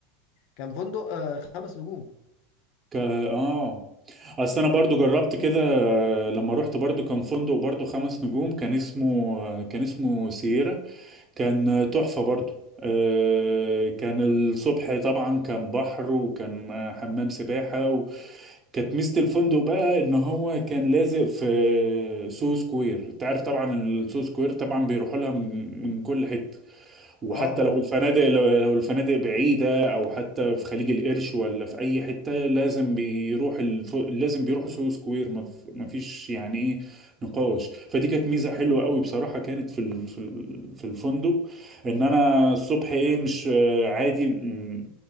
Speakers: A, on the left (about 60°); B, on the right (about 30°).
A: كان فندق آه خمس نجوم
B: ك... اه اصل انا برضو جربت كده آه، لما رحت برضو كان فندق برضو خمس نجوم كان اسمه آه، كان اسمه سييرا كان آه، تحفة برضو آه، كان الصبح طبعا كان بحر وكان آه، حمام سباحة وكانت ميزة الفندق بقى ان هو كان لازق في آه، سو سكوير انت عارف طبعا السو سكوير طبعا بيروحوا لها من من كل حتة وحتى
A: اه انا
B: لو
A: عارف
B: الفنادق لو لو الفنادق بعيدة أو حتى في خليج القرش ولا في أي حتة لازم بيروح الف... لازم بيروحوا سوهو سكوير ما ف- ما فيش يعني إيه نقاش فدي كانت ميزة حلوة قوي بصراحة كانت في ال... في ال... في الفندق إن أنا الصبح إيه مش آه، عادي م،